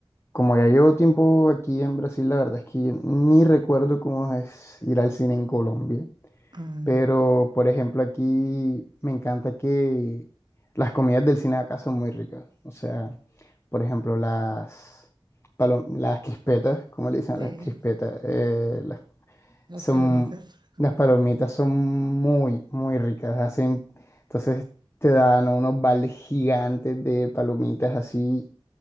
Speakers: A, on the left; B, on the right.
A: como ya llevo tiempo aquí en Brasil, la verdad es que ni recuerdo cómo es ir al cine en Colombia,
B: Mm,
A: pero por ejemplo aquí me encanta que las comidas del cine de acá son muy ricas, o sea, por ejemplo las... palom- Las crispetas, ¿cómo le dicen
B: sí,
A: a las
B: ¿eh?
A: crispetas? Eh, las
B: las
A: son,
B: palomitas. Mm,
A: las palomitas son muy, muy ricas. Hacen, entonces te dan unos vales gigantes de palomitas así